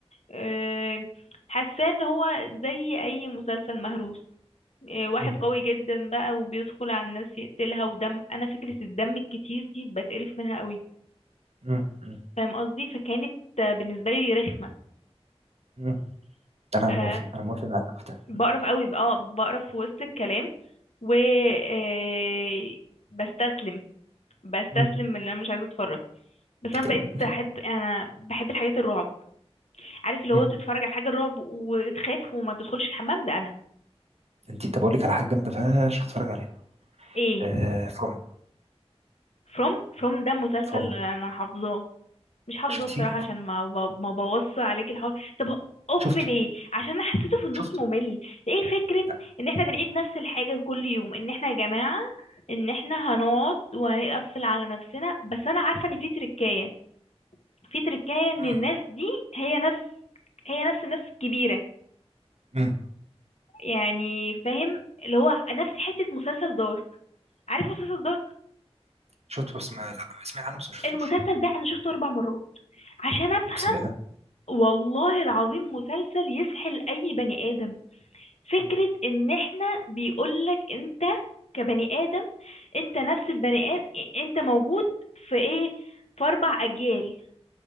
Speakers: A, on the left; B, on the right.
A: آه، حاساه ان هو زي اي مسلسل مهروس آه، واحد
B: مم.
A: قوي جدا بقى وبيدخل على الناس يقتلها ودم انا فكره الدم الكتير دي بتقرف منها قوي
B: مم. مم.
A: فاهم قصدي فكانت آه، بالنسبه لي رخمه
B: مم. أنا
A: آه،
B: موافق أنا موافق معاك في ده
A: بقرف
B: مم.
A: قوي اه بقرف في وسط الكلام و آه، بستسلم بستسلم
B: مم.
A: من ان انا مش عايزه اتفرج بس انا
B: طيب.
A: بقيت احب انا بحب الحاجات الرعب عارف اللي
B: مم.
A: هو تتفرج على حاجه الرعب وتخاف وما تدخلش الحمام ده انا
B: أنت طب أقول لك على حاجة جامدة فشخ اتفرج عليها
A: ايه
B: آه فروم
A: فروم فروم ده مسلسل
B: فروم
A: انا حافظاه مش حافظه
B: شفتيه؟
A: بصراحه عشان ما ب... ما بوص عليك الحوار طب هو- اوف
B: شفته
A: ليه عشان انا حسيته في النص
B: شفته
A: ممل ايه فكره
B: لا
A: ان احنا بنعيد نفس الحاجه كل يوم ان احنا يا جماعه ان احنا هنقعد وهنقفل على نفسنا بس انا عارفه ان في تركايه في تركايه ان
B: مم.
A: الناس دي هي ناس هي نفس الناس الكبيره
B: مم.
A: يعني فاهم اللي هو نفس حته مسلسل دارك عارف مسلسل دارك
B: شفته بس ما لا سمعت عنه بس ما شفتوش
A: المسلسل ده انا شفته اربع مرات عشان افهم
B: أقسم بالله
A: والله العظيم مسلسل يسحل اي بني ادم فكرة
B: مم.
A: ان احنا بيقولك انت كبني ادم انت نفس البني ادم انت موجود في ايه في اربع اجيال